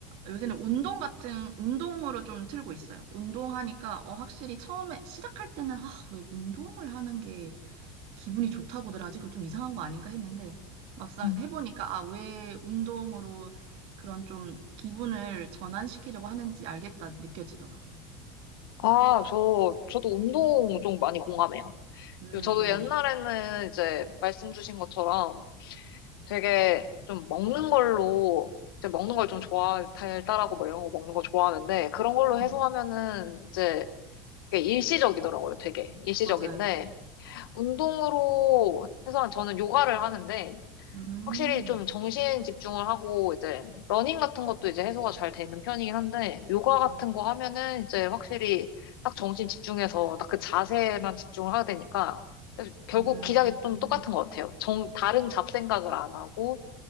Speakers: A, on the right; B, on the left.
A: 요새는 운동 같은 운동으로 좀 틀고 있어요. 운동하니까 어, 확실히 처음에 시작할 때는 아, 왜 운동을 하는 게 기분이 좋다고들 아직 좀 이상한 거 아닌가 했는데 막상
B: 음,
A: 해보니까 아, 왜 운동으로 그런 좀 기분을 전환시키려고 하는지 알겠다 느껴지더라고요.
B: 아, 저, 저도 운동 좀 많이 공감해요.
A: 음,
B: 요- 저도 옛날에는 이제 말씀 주신 것처럼 되게 좀 먹는 걸로, 이제 먹는 걸 좀 좋아, 달달하고 뭐 이런 거 먹는 거 좋아하는데, 그런 걸로
A: 음,
B: 해소하면은 이제 그게 일시적이더라고요, 되게. 일시적인데,
A: 맞아요.
B: 운동으로 해서는 저는 요가를 하는데
A: 음,
B: 확실히 좀 정신 집중을 하고 이제 러닝 같은 것도 이제 해소가 잘 되는 편이긴 한데 요가 같은
A: 음,
B: 거 하면은 이제 확실히 딱 정신 집중해서 딱 그 자세만 집중을 하게 되니까 결국
A: 음,
B: 기작이 좀 똑같은 것 같아요. 정, 다른 잡생각을 안 하고